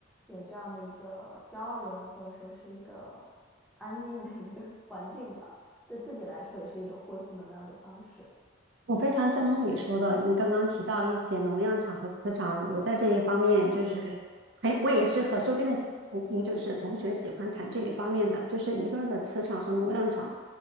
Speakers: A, in the centre; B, on the right.
A: 有这样的一个交流，或者说是一个安静的一个 <laughs> 环境吧，对自己来说也是一种恢复能量的方式。
B: 我非常赞同你说的，你刚刚提到一些能量场和磁场，我在这一方面就是很，我也是和周边的喜嗯就是同学喜欢谈这一方面的，就是一个人的磁场和能量场